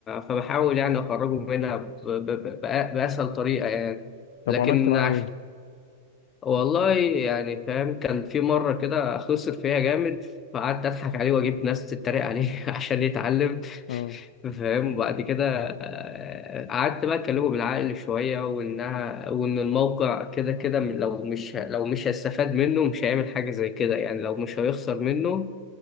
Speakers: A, on the left; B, on the left.
A: فبحاول يعني أخرجه منها ب... ب... ب... بأ- بأسهل طريقة يعني
B: طب
A: لكن
B: وعملت معاه
A: عشان
B: ايه
A: والله يعني فاهم كان في مرة كده خسر فيها جامد فقعدت أضحك عليه وأجيب ناس تتريق عليه <laughs> عشان يتعلم
B: اه
A: فاهم وبعد كده آه، قعدت بقى أكلمه بالعقل شوية وإنها وإن الموقع كده كده من- لو مش لو مش هيستفاد منه مش هيعمل حاجة زي كده يعني لو مش هيخسر منه